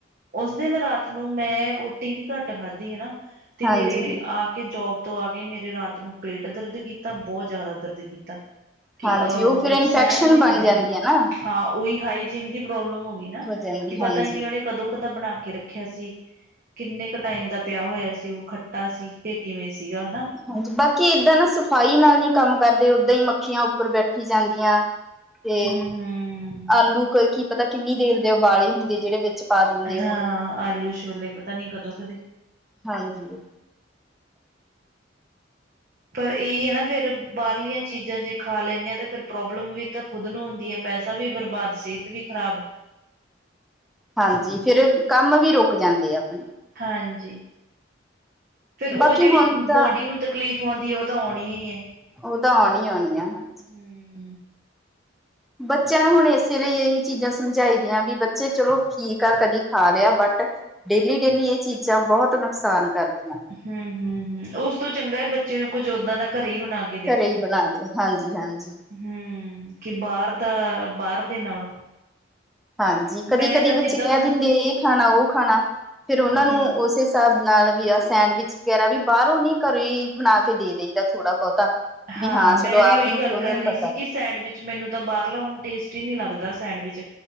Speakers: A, on the right; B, in the centre.
A: ਉਸ ਦਿਨ ਰਾਤ ਨੂੰ ਮੈਂ ਰੋਟੀ ਵੀ ਘੱਟ ਖਾਧੀ ਹੈ ਨਾ, ਤੇ
B: ਹਾਂਜੀ
A: ਮੇਰੇ ਆ, ਜੋਬ ਤੋਂ ਆ ਕੇ ਮੇਰੇ ਰਾਤ ਨੂੰ ਪੇਟ ਦਰਦ ਕੀਤਾ, ਬਹੁਤ ਜ਼ਿਆਦਾ ਦਰਦ ਕੀਤਾ। ਕਿ
B: ਹਾਂਜੀ
A: ਅਹ
B: ਉਹ
A: ਮਤਲਬ
B: ਫਿਰ ਇਨਫੈਕਸ਼ਨ
A: ਸਹਿਣ ਨਹੀਂ
B: ਬਣ
A: ਹੋ ਰਿਹਾ
B: ਜਾਂਦੀ ਹੈ ਨਾ
A: ਹਾਂ ਉਹੀ ਹਾਈਜੀਨ ਦੀ ਪ੍ਰੋਬਲਮ ਹੋ ਗਈ ਨਾ
B: ਜਾਂਦੀ
A: ਕਿ ਪਤਾ
B: ਹਾਂਜੀ
A: ਹੀ ਨਾ ਉਹਨੇ ਕਦੋਂ ਕਦਾਂ ਬਣਾ ਕੇ ਰੱਖਿਆ ਸੀ! ਕਿੰਨੇ ਕੁ ਟਾਈਮ ਦਾ ਪਿਆ ਹੋਇਆ ਸੀ ਉਹ ਖੱਟਾ ਸੀ ਕਿ ਕਿਵੇਂ ਸੀਗਾ ਹੈ ਨਾ!
B: ਹਾਂਜੀ ਬਾਕੀ ਏਦਾਂ ਨਾ ਸਫ਼ਾਈ ਨਾਲ ਨਹੀਂ ਕੰਮ ਕਰਦੇ ਓਦਾਂ ਹੀ ਮੱਖੀਆਂ ਉੱਪਰ ਬੈਠੀ ਜਾਂਦੀਆਂ। ਤੇ,
A: ਹੂੰ ਹੂੰ
B: ਆਲੂ ਕੀ ਪਤਾ ਕਿੰਨੀ ਦੇਰ ਦੇ ਉਬਾਲੇ ਹੁੰਦੇ ਜਿਹੜੇ ਵਿੱਚ, ਪਾ ਦਿੰਦੇ
A: ਹਾਂ
B: ਉਹ
A: ਆਲੂ ਛੋਲੇ ਪਤਾ ਨੀ ਕਦੋਂ, ਕਦੇ
B: ਹਾਂਜੀ!
A: ਪਰ ਇਹ ਹੈ ਨਾ ਫੇਰ ਬਾਹਰਲੀਆਂ ਚੀਜ਼ਾਂ ਜੇ ਖਾ ਲੈਂਦੇ ਆ ਤੇ ਫਿਰ ਪ੍ਰੋਬਲਮ ਵੀ ਤਾਂ, ਖੁਦ ਨੂੰ ਹੁੰਦੀ ਹੈ ਪੈਸਾ ਵੀ ਬਰਬਾਦ ਸਿਹਤ ਵੀ ਖ਼ਰਾਬ।
B: ਹਾਂਜੀ! ਫਿਰ ਕੰਮ ਵੀ ਰੁਕ ਜਾਂਦੇ ਆ ਆਪਣੇ।
A: ਹਾਂਜੀ! ਫਿਰ ਉਹ
B: ਬਾਕੀ
A: ਜਿਹੜੀ
B: ਹੁਣ ਤਾਂ
A: ਬੋਡੀ ਨੂੰ ਤਕਲੀਫ਼ ਆਉਂਦੀ ਉਹ ਤਾਂ ਆਉਣੀ ਹੀ ਹੈ।
B: ਉਹ ਤਾਂ ਆਉਣੀ ਆਉਣੀ ਆ ਹਾਂ ਜੀ!
A: ਹਮ
B: ਬੱਚਿਆਂ ਨੂੰ ਹੁਣ ਇਸੇ ਲਈ ਇਹੀ ਚੀਜ਼ਾਂ ਸਮਝਾਈ ਦੀਆਂ ਵੀ ਬੱਚੇ ਚਲੋ ਠੀਕ ਆ ਕਦੀ ਖਾ ਲਿਆ ਬਟ! ਡੇਲੀ- ਡੇਲੀ ਇਹ ਚੀਜ਼ਾਂ ਬਹੁਤ ਨੁਕਸਾਨ ਕਰਦੀਆਂ।
A: ਹੁੰ ਹੁੰ ਹੁੰ ਉਸ ਤੋਂ ਚੰਗਾ ਹੈ ਬੱਚੇ ਨੂੰ ਕੁਝ ਉਦਾ ਦਾ ਘਰ ਹੀ ਬਣਾ ਕੇ,
B: ਘਰੇ ਹੀ ਬਣਾ ਦਿ ਹਾਂਜੀ -,
A: ਹੁੰ! ਕਿ ਬਾਹਰ ਦਾ, ਬਾਹਰ ਦੇ ਨਾਲੋਂ
B: ਹਾਂਜੀ ਕਦੇ-
A: ਮੈਂ
B: ਕਦੇ
A: ਤਾਂ
B: ਬੱਚੇ
A: ਜਿੱਦਾਂ
B: ਕਹਿ
A: ਹੁਣ
B: ਦਿੰਦੇ ਇਹ ਖਾਣਾ ਉਹ ਖਾਣਾ
A: ਹਮ
B: ਫੇਰ ਉਹਨਾਂ ਨੂੰ
A: ਹਮ
B: ਉਸੇ ਹਿਸਾਬ ਨਾਲ ਵੀ ਆ ਸੈਂਡਵਿਚ ਵਗੈਰਾ ਵੀ ਬਾਹਰੋਂ ਨੀ ਘਰੋਂ ਹੀ ਬਣਾ ਕੇ ਦੇ ਦੇਈਦਾ ਥੋੜਾ ਬਹੁਤਾ। ਵੀ
A: ਹਾਂ ਮੈਂ
B: ਚਲੋ
A: ਵੀ
B: ਆਪ
A: ਉਹੀ
B: ਨੂੰ
A: ਗੱਲ
B: ਖੁਦ
A: ਕਰ
B: ਨੂੰ
A: ਰਹੀ
B: ਪਤਾ
A: ਸੀ ਕਿ! ਸੈਂਡਵਿਚ ਮੈਨੂੰ ਤਾਂ ਬਾਹਰਲਾ ਹੁਣ ਟੇਸਟੀ ਹੀ ਨੀ ਲੱਗਦਾ, ਸੈਂਡਵਿਚ